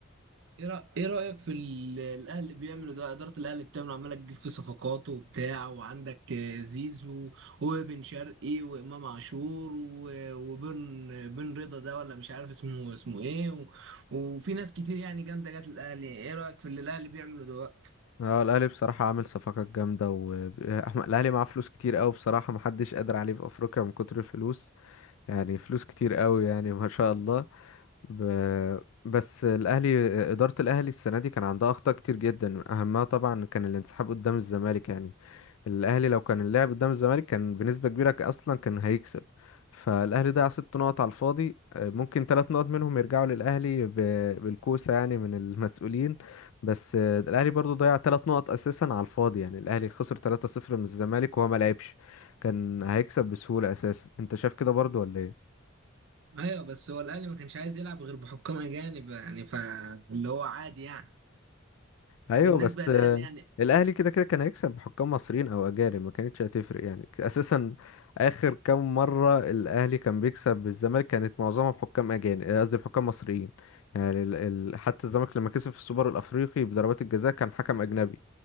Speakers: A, on the right; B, on the left.
A: ايه رأ- إيه رأيك في ال- الاهلي بيعملوا ده ادارة الاهلي بتعمل عمالة تجيب في صفقات وبتاع وعندك آه، زيزو وبن شرقي وامام عاشور و- وبن بن رضا ده ولا مش عارف اسمه اسمه ايه و- وفي ناس كتير يعني جامدة جت الاهلي ايه رأيك في اللي الاهلي بيعمله دلوقتي
B: اه الاهلي بصراحه عامل صفقات جامده و <laughs> أحم- الاهلي معاه فلوس كتير قوي بصراحه محدش قادر عليه في افريقيا من كتر الفلوس يعني فلوس كتير قوي يعني ما شاء الله ب... بس الاهلي اداره الاهلي السنه دي كان عندها اخطاء كتير جدا اهمها طبعا كان الانسحاب قدام الزمالك يعني الاهلي لو كان اللعب قدام الزمالك كان بنسبه كبيره ك- اصلا كان هيكسب فالاهلي ضيع ست نقط على الفاضي آه، ممكن ثلاث نقط منهم يرجعوا للاهلي ب- بالكوسه يعني من المسؤولين بس آه، الاهلي برضو ضيع ثلاث نقط اساسا على الفاضي يعني الاهلي خسر 3-0 من الزمالك وهو ما لعبش كان هيكسب بسهوله اساسا انت شايف كده برضو ولا ايه
A: ايوه بس هو الاهلي ما كانش عايز يلعب غير بحكام اجانب يعني فاللي هو عادي يعني
B: ايوه
A: بالنسبة
B: بس
A: للاهلي
B: آه،
A: يعني
B: الاهلي كده كده كان هيكسب بحكام مصريين او اجانب ما كانتش هتفرق يعني اساسا اخر كام مره الاهلي كان بيكسب بالزمالك كانت معظمها بحكام اجانب آه، قصدي بحكام مصريين يعني ال... ال... حتى الزمالك لما كسب في السوبر الافريقي بضربات الجزاء كان حكم اجنبي